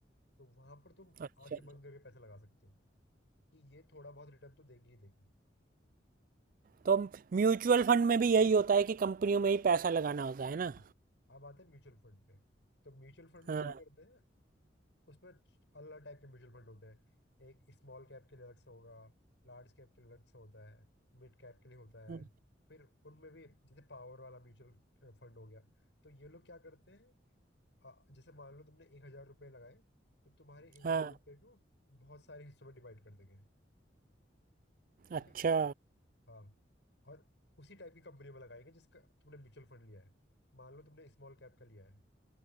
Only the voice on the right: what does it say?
अच्छा
तो म्यूचुअल फंड में भी यही होता है कि कंपनियों में ही पैसा लगाना होता है ना
हाँ
हम्म,
हाँ
अच्छा